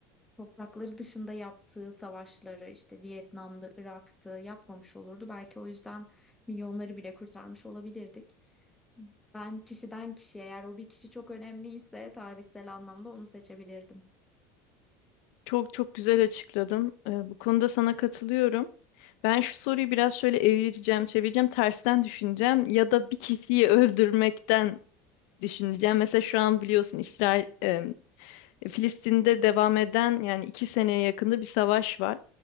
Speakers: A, in the centre; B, on the left.
A: toprakları dışında yaptığı savaşları işte Vietnam'da Irak'ta yapmamış olurdu belki o yüzden milyonları bile kurtarmış olabilirdik. Ben kişiden kişiye eğer o bir kişi çok önemliyse tarihsel anlamda onu seçebilirdim.
B: Çok çok güzel açıkladın. Ee, bu konuda sana katılıyorum. Ben şu soruyu biraz şöyle evireceğim, çevireceğim, tersten düşüneceğim ya da bir kişiyi öldürmekten düşüneceğim. Mesela şu an biliyorsun İsrail, e, Filistin'de devam eden yani iki seneye yakında bir savaş var.